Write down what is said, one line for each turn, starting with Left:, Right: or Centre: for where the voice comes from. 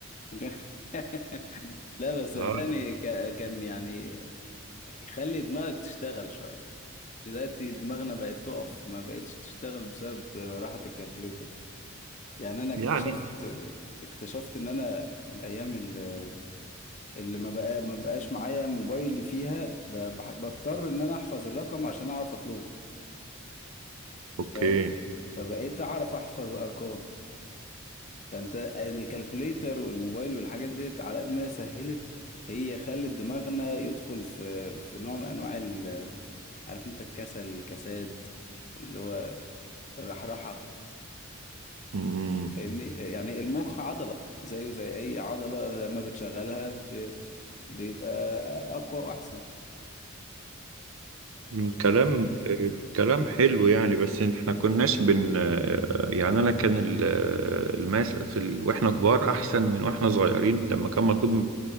Left: <laughs> لا بس صدقني
Right: آه
Left: ك- كان يعني يخلي دماغك تشتغل شوية دلوقتي دماغنا بقت تقف ما بقتش تشتغل بسبب راحة الكالكوليتر يعني انا اكتشفت
Right: يعني
Left: اكتشفت ان انا الايام اللي, اللي ما بقى ما بقاش معايا موبايل فيها ب- بح- بضطر ان انا احفظ الرقم عشان اعرف اطلبه
Right: أوكي
Left: فاهم فبقيت اعرف احفظ ارقام فانت الكالكوليتر والموبايل والحاجات ديت على قد ما هي سهلت هي خلت دماغنا يدخل في في نوع من انواع عارف انت الكسل الكساد اللي هو الرحرحة
Right: مم.
Left: فاهمني يعني المخ عضلة زيه زي اي عضلة لما بتشغلها ب... بيبقى اقوى واحسن
Right: مم،
Left: واخد
Right: كلام
Left: بالك
Right: آه، كلام حلو يعني بس احنا كناش بن آه، يعني انا كان ال- آه، الماس في ال... واحنا كبار احسن من واحنا صغيرين لما كان مطلوب